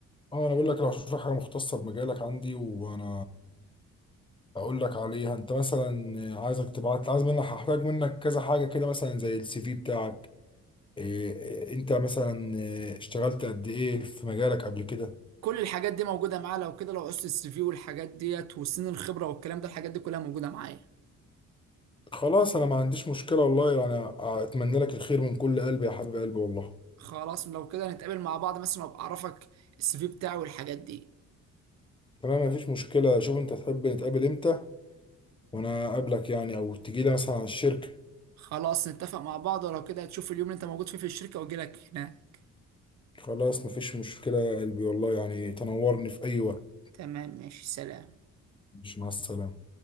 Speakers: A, on the left; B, on the right.
A: اه انا بقول لك لو اشوف لك حاجه مختصه بمجالك عندي وانا اقول لك عليها انت مثلا عايزك تبعت عايز منك هحتاج منك كذا حاجه كده مثلا زي السي في بتاعك إيه انت مثلا إيه، اشتغلت قد ايه في مجالك قبل كده
B: كل الحاجات دي موجوده معاه لو كده لو قصه السي في والحاجات ديت وسن الخبره والكلام ده الحاجات دي كلها موجوده معايا
A: خلاص انا ما عنديش مشكله والله يعني اتمنى لك الخير من كل قلبي يا حبيب قلبي والله
B: خلاص لو كده نتقابل مع بعض مثلا وابقى اعرفك السي في بتاعي والحاجات دي
A: تمام مفيش مشكله شوف انت تحب نتقابل امتى وانا اقابلك يعني او تجي لي مثلا على الشركة
B: خلاص نتفق مع بعض ولو كده هتشوف اليوم اللي انت موجود فيه في الشركه واجي لك هناك
A: خلاص مفيش مشكلة يا قلبي والله يعني تنورني في اي وقت
B: تمام ماشي سلام
A: مش مع السلامة